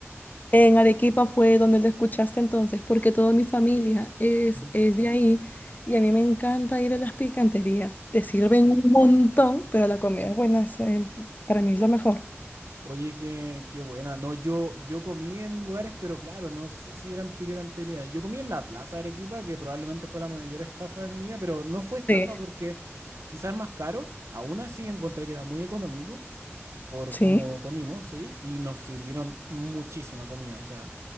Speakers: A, on the left; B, on the right.
A: En
B: Que-
A: Arequipa fue donde lo escuchaste entonces, porque toda mi familia es,
B: ajá.
A: es de ahí y a mí me encanta ir a las picanterías. Te sirven un montón, pero la comida es buena, eso, eh, para mí es lo mejor.
B: Oye, qué, qué buena. No, yo, yo comí en lugares, pero claro, no sé si eran picantería. Yo comí en la Plaza de Arequipa, que probablemente fue la mayor estafa de mi vida, pero no fue estafa
A: Sí,
B: porque quizás es más caro. Aún así encontré que era muy económico. por
A: sí,
B: cómo comimos, ¿sí? Y nos sirvieron muchísima comida, o sea,